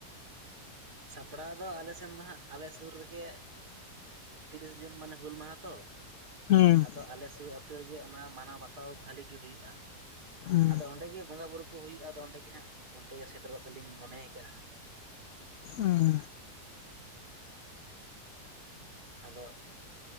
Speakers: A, on the right (about 90°); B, on the left (about 65°).
A: ᱥᱟᱯᱲᱟᱣ ᱫᱚ ᱟᱞᱮ ᱥᱮᱱ ᱫᱚ ᱦᱟᱸᱜ ᱟᱞᱮ ᱥᱩᱨ ᱨᱮᱜᱮ ᱛᱤᱨᱤᱥ ᱡᱩᱱ ᱢᱟᱱᱮ ᱦᱩᱞ ᱢᱟᱦᱟ ᱛᱚ
B: ᱦᱩᱸ
A: ᱟᱫᱚ ᱟᱞᱮ ᱥᱩᱨ ᱟᱹᱛ ᱛᱟᱹ ᱜᱮ ᱚᱱᱟ ᱢᱟᱱᱟᱣ ᱵᱟᱛᱟᱣ ᱵᱷᱟᱹᱞᱤ ᱜᱮ ᱦᱩᱭᱩᱜ-ᱟ᱾
B: ᱦᱩᱸ
A: ᱟᱫᱚ ᱚᱸᱰᱮ ᱜᱮ ᱵᱚᱸᱜᱟ ᱵᱩᱨᱩ ᱠᱚ ᱦᱩᱭᱩᱜ-ᱟ ᱟᱫᱚ ᱚᱸᱰᱮ ᱜᱮ ᱦᱟᱸᱜ ᱚᱱᱛᱮ ᱜᱮ ᱥᱮᱴᱮᱨᱚᱜ ᱫᱚᱞᱤᱧ ᱢᱚᱱᱮ ᱟᱠᱟᱜᱼᱟ ᱦᱟᱸᱜ᱾
B: ᱮᱸ
A: ᱟᱫᱚᱜ